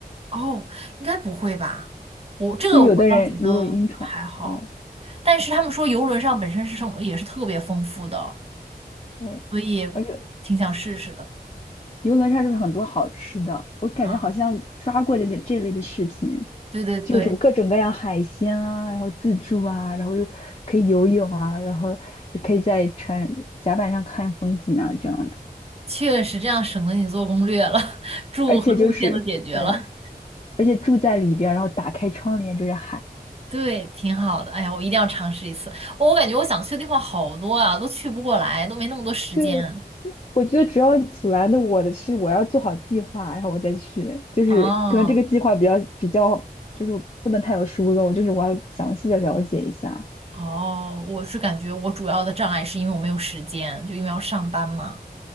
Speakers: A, on the right; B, on the left.
A: 哦，应该不会吧？我这个我倒觉得就还好，
B: 就有的人如果晕船，对
A: 但是他们说游轮上本身是生也是特别丰富的，
B: 对。
A: 所以
B: 而且。
A: 挺想试试的。
B: 游轮上是不是很多好吃的？我感觉好像刷过这些这类的视频，
A: 啊，对对对，
B: 就是有各种各样海鲜啊，然后自助啊，然后又可以游泳啊，然后也可以在船甲板上看风景啊，这样子。
A: 确实这样省得你做攻略了，<laughs> 住和路线都解决了，
B: 而且就是对，而且住在里边儿然后打开窗帘就是海。
A: 对，挺好的。哎呀，我一定要尝试一次。我感觉我想去的地方好多啊，都去不过来，都没那么多时间。
B: 对，我觉得主要阻拦的我的是我要做好计划，然后我再去，就是可能这个计划比较比较就是不能太有疏漏，
A: 哦
B: 就是我要详细的了解一下。
A: 哦，我是感觉我主要的障碍是因为我没有时间，就因为要上班嘛。